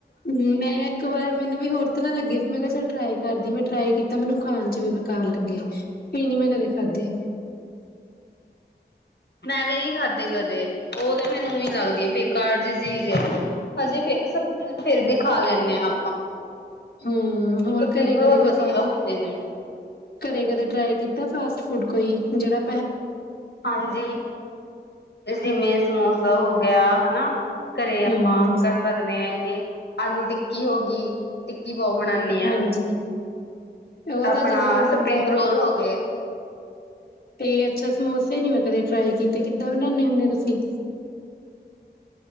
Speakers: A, on the left; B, on the left.
A: ਹ ਮੈਂ ਇੱਕ ਵਾਰ ਮੈਨੂੰ ਵੀ ਹੋਰ ਨਾ ਲੱਗੇ ਸੀ ਮੈਂ ਕਿਹਾ ਚੱਲ ਟਰਾਈ ਕਰਦੀ ਮੈਂ ਟਰਾਈ ਕੀਤਾ ਮੈਨੂੰ ਖਾਣ ਚ ਵੀ ਬੇਕਾਰ ਲੱਗੇ ਫਿਰ ਨੀ ਮੈਂ ਕਦੇ ਖਾਧੇ
B: ਮੈਂ ਵੀ ਨੀ ਖਾਧੇ ਕਦੇ ਉਹ ਤਾਂ ਮੈਨੂੰ ਲੱਗਦੀ ਹੈ ਬੇਕਾਰ ਜ ਜੀ ਅਜੇ ਵੀ ਸਭ ਫਿਰ ਖਾ ਲੈਂਦੇ ਆਂ ਹਾਂ
A: ਹਮ ਹੋਰ
B: ਸਪਰਿੰਗ
A: ਘਰੇ
B: ਰੋਲ
A: ਕਦੇ ਕੋਈ
B: ਵਧੀਆ
A: ਫਸ
B: ਹੁੰਦੇ ਨੇ
A: ਘਰੇ ਕਦੇ ਟ੍ਰਈ ਕੀਤਾ ਫਾਸਟ ਫੂਡ ਕੋਈ ਜਿਹੜਾਲ
B: ਹਾਂਜੀ ਜਿਵੇਂ ਸਮੋਸਾ ਹੋ ਗਿਆ ਹਨ ਨ ਘਰੇ ਆਪਾਂ
A: ਹੂੰ
B: ਕਰ ਸਕਦੇ ਹਾਂ ਇਹ ਆਲੂ ਟਿੱਕੀ ਹੋ ਗਈ ਟਿੱਕੀ ਬਹੁਤ ਬਣਾਉਦੀ ਹਾਂ
A: ਹਾਂਜੀ
B: ਮੈਂ
A: ਉਹ
B: ਆਪਣਾ
A: ਤਾਂ ਜਦੋਂ ਬੰਦਾ
B: ਸਪਰਿੰਗ ਰੋਲ ਹੋ ਗਏ।
A: ਇਹ ਅੱਛਾ ਸਮੋਸਾ ਨੀ ਮੈਂ ਕਦੇ ਟਰਾਈ ਕੀਤੇ ਕਿੱਦਾਂ ਬਣਾਦੇ ਹੁੰਦੇ ਤੁਸੀਂ